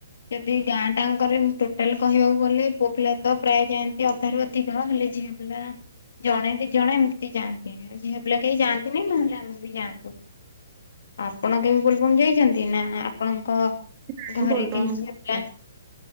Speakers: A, on the left; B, on the right.
A: ଯଦି ଗାଁ ଟାଙ୍କରେ ମୁ ଟୋଟାଲ କହିବାକୁ ଗଲେ ପୁଅ ପିଲା ତ ପ୍ରାୟ ଯାଆନ୍ତି ଅଧାରୁ ଅଧିକ, ହେଲେ ଝିଅ ପିଲା ଜଣେ ଦି ଜଣେ ଏମିତି ଯାଆନ୍ତି। ଝିଅ ପିଲା କେହି ଯାଆନ୍ତିନି ନହେଲେ ଆମେ ବି ଯାଆନ୍ତୁ। ଆପଣ କେବେବି ବୋଲବମ୍ ଯାଇଛନ୍ତି? ନା ଆପଣଙ୍କ
B: ନାଇଁ
A: ଘରେ
B: ବୋଲବମ
A: କେହି ଝିଅ ପିଲା
B: <unintelligible>